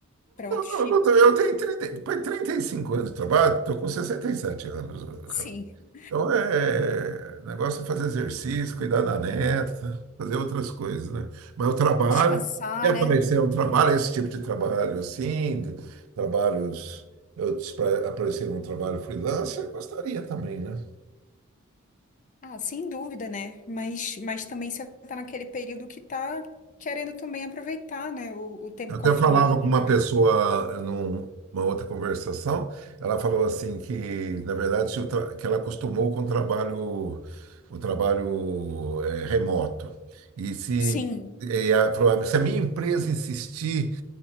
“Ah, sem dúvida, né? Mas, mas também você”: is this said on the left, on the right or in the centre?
Left